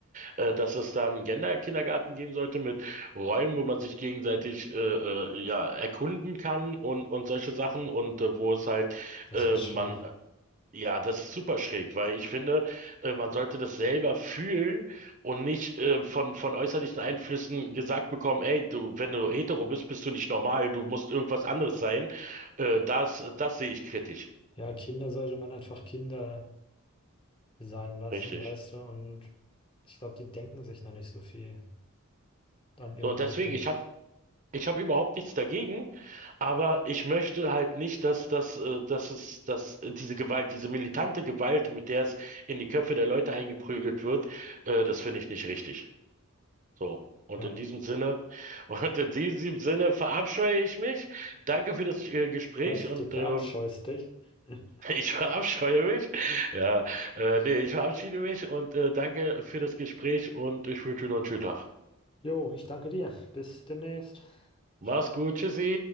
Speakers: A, on the right (about 35°); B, on the left (about 25°).
A: äh, dass es da einen Gender-Kindergarten geben sollte mit Räumen, wo man sich gegenseitig äh, äh, ja, erkunden kann und, und solche Sachen und äh, wo es halt,
B: Das
A: äh,
B: ist ja schräg.
A: man ja, das ist super schräg, weil ich finde, äh, man sollte das selber fühlen und nicht äh, von, von äußerlichen Einflüssen gesagt bekommen, ey, du, wenn du hetero bist, bist du nicht normal, du musst irgendwas anderes sein. Äh, das, das sehe ich kritisch.
B: Ja, Kinder sollte man einfach Kinder sein lassen,
A: Richtig.
B: weißt du, und ich glaube, die denken sich noch nicht so viel an irgendwelche
A: So, und deswegen,
B: Dinge.
A: ich habe ich hab überhaupt nichts dagegen, aber ich möchte halt nicht, dass, dass, äh, dass es, dass äh, diese Gewalt, diese militante Gewalt, mit der es in die Köpfe der Leute eingeprügelt wird, äh, das finde ich nicht richtig. So. Und
B: Ja,
A: in diesem Sinne, <laughs> und in diesem Sinne verabscheue ich mich. Danke für das äh, Gespräch
B: was?
A: und
B: Du verabscheust
A: ähm,
B: dich. <laughs>
A: <laughs> ich verabscheue mich. <laughs> Ja, äh, nee, ich verabschiede mich und äh, danke für das Gespräch und ich wünsche dir noch einen schönen Tag.
B: Jo, ich danke dir. Bis demnächst. Ciao.
A: Mach's gut, tschüssi.